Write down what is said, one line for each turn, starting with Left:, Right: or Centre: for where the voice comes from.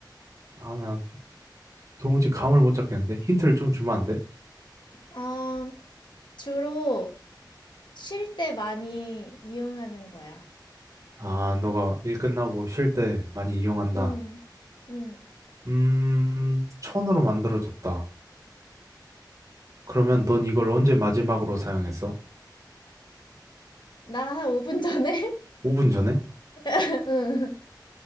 Right: 아, 나 도무지 감을 못 잡겠는데? 힌트를 좀 주면 안 돼?
Left: 어, 주로 쉴 때 많이 이용하는 거야.
Right: 아, 너가 일 끝나고 쉴 때 많이 이용한다.
Left: 음.. 음,
Right: 음, 천으로 만들어졌다. 그러면 넌 이걸 언제 마지막으로 사용했어?
Left: 나한 5분 전에?
Right: 5분 전에?
Left: <laughs> 응.